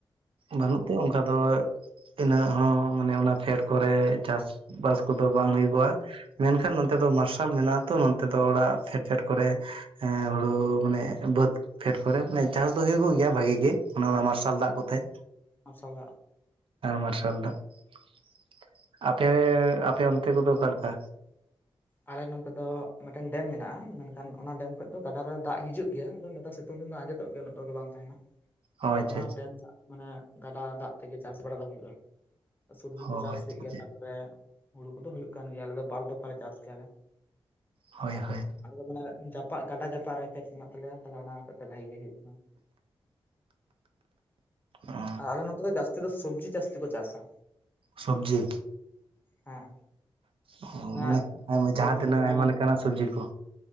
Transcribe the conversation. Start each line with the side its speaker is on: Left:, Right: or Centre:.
Right: ᱵᱟᱹᱱᱩᱜ ᱛᱮ ᱚᱱᱠᱟ ᱫᱚ ᱤᱱᱟᱹᱜ ᱦᱚᱸ ᱢᱟᱱᱮ ᱚᱱᱟ ᱯᱷᱮᱰ ᱠᱚᱨᱮ ᱪᱟᱥ ᱵᱟᱥ ᱠᱚᱫᱚ ᱵᱟᱝ ᱦᱩᱭᱩᱜᱼᱟ ᱢᱮᱱᱠᱷᱟᱱ
Left: ᱟᱨ
Right: ᱱᱚᱱᱚᱛᱮ ᱫᱚ ᱢᱟᱨᱥᱟᱞ ᱢᱮᱱᱟᱜ ᱛᱚ ᱱᱚᱛᱮ ᱫᱚ ᱚᱲᱟᱜ ᱯᱷᱮᱰᱯᱷᱰ ᱠᱚᱨᱮ ᱦᱩᱲᱩ ᱢᱟᱱᱮ ᱵᱟᱹᱫᱽ ᱯᱷᱮᱰ ᱠᱚᱨᱮ ᱢᱟᱱᱮ ᱪᱟᱥ ᱫᱚ ᱦᱩᱭᱩᱜᱚᱜ ᱜᱮᱭᱟ ᱵᱷᱟᱜᱤ ᱜᱮ ᱚᱱᱮ ᱚᱱᱟ ᱢᱟᱨᱥᱟᱞ ᱫᱟᱜ ᱠᱚᱛᱷᱮᱡ
Left: ᱟᱥᱟᱲ ᱫᱟᱜ
Right: ᱢᱟᱨᱥᱟᱞ <unintelligible> ᱟᱯᱮ ᱟᱯᱮ ᱚᱱᱛᱮ ᱠᱚᱫᱚ ᱚᱠᱟ ᱞᱮᱠᱟ
Left: ᱟᱞᱮ ᱱᱚᱱᱛᱮ ᱫᱚ ᱢᱤᱫᱴᱮᱱ ᱰᱮᱢ ᱢᱮᱱᱟᱜᱼᱟ ᱢᱮᱱᱠᱷᱟᱱ ᱚᱱᱟ ᱰᱮᱢ ᱠᱷᱚᱡ ᱫᱚ ᱜᱟᱰᱟ ᱨᱮ ᱫᱟᱜ ᱦᱤᱡᱩᱜ ᱜᱤᱭᱟ ᱟᱫᱚ ᱱᱮᱛᱟᱨ ᱥᱤᱛᱩᱝ ᱩᱱ ᱫᱚ ᱟᱸᱡᱮᱛᱚᱜ ᱜᱮᱭᱟ ᱩᱱᱟᱹᱜ ᱴᱟ ᱫᱚ ᱵᱟᱝ ᱛᱟᱦᱮᱸᱱᱟ
Right: ᱚ
Left: ᱟᱫᱚ
Right: ᱟᱪᱪᱷᱟ
Left: ᱚᱱᱟ
Right: ᱟᱪᱪᱷᱟ
Left: ᱰᱮᱢ ᱫᱟᱜ ᱢᱟᱱᱮ ᱜᱟᱰᱟ ᱫᱟᱜ ᱛᱮᱜᱮ ᱪᱟᱥ ᱵᱟᱲᱟ ᱫᱚ ᱦᱩᱭᱩᱜᱼᱟ ᱥᱚᱵᱽᱡᱤ ᱠᱚ
Right: ᱚ
Left: ᱪᱟᱥ
Right: ᱟᱪᱪᱷᱟ
Left: ᱦᱩᱭᱩᱜ ᱜᱮᱭᱟ
Right: ᱟᱪᱪᱷᱟ
Left: ᱛᱟᱯᱨᱮ ᱦᱩᱲᱩ ᱠᱚᱫᱚ ᱦᱩᱭᱩᱜ ᱠᱟᱱ ᱜᱮᱭᱟ ᱟᱞᱮ ᱫᱚ ᱵᱟᱨ ᱫᱚᱯᱷᱟ ᱞᱮ ᱪᱟᱥᱼᱟ ᱪᱮᱞᱮ
Right: ᱦᱳᱭ
Left: ᱟᱨ
Right: ᱦᱳᱭ
Left: ᱟᱞᱮ ᱫᱚ ᱢᱟᱱᱮ ᱡᱟᱯᱟᱜ ᱜᱟᱰᱟ ᱡᱟᱯᱟᱜ ᱨᱮ ᱠᱷᱮᱛ ᱢᱮᱱᱟᱜ ᱛᱟᱞᱮᱭᱟ ᱛᱟᱦᱚᱞᱮ ᱚᱱᱟ ᱦᱚᱛᱮᱡ ᱛᱮ ᱵᱷᱟᱜᱤ ᱜᱮ ᱦᱩᱭᱩᱜ
Right: ᱚ
Left: ᱟᱞᱮ ᱱᱚᱛᱮ ᱫᱚ ᱡᱟᱥᱛᱤ ᱫᱚ ᱥᱚᱵᱽᱡᱤ ᱡᱟᱹᱥᱛᱤ ᱠᱚ ᱪᱟᱥᱟ
Right: ᱥᱚᱵᱽᱡᱤ
Left: ᱦᱮᱸ
Right: ᱦᱚᱸ
Left: ᱚᱱᱟ
Right: ᱢᱟᱱᱮ ᱡᱟᱦᱟᱸ
Left: ᱡᱮᱢᱚᱱ
Right: ᱛᱤᱱᱟᱹᱜ ᱟᱭᱢᱟ
Left: ᱟᱸ
Right: ᱞᱮᱠᱟᱱᱟᱜ ᱥᱚᱵᱽᱡᱤ ᱠᱚ